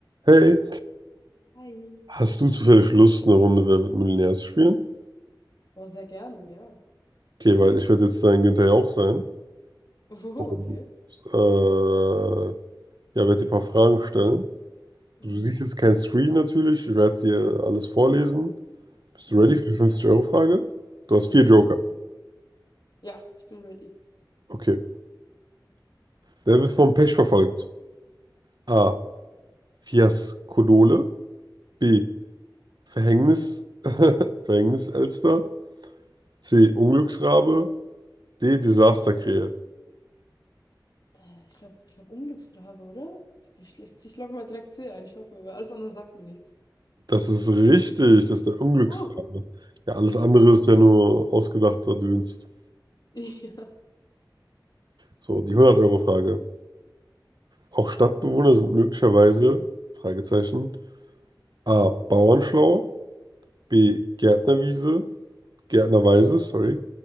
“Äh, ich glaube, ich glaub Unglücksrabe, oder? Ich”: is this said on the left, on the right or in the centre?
Left